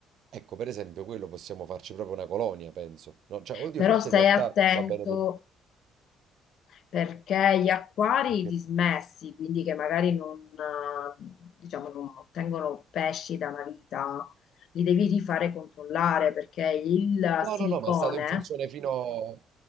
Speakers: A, on the right (about 60°); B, on the left (about 55°).
A: Ecco, per esempio, quello possiamo farci proprio una colonia, penso. No, cioè, oddio,
B: però
A: forse
B: stai
A: in realtà
B: attento
A: va bene per...
B: perché gli acquari
A: perché-
B: dismessi, quindi che magari non, eh, diciamo, non ottengono pesci da una vita, li devi rifare controllare perché il
A: No,
B: silicone...
A: no, no, ma è stato in funzione fino...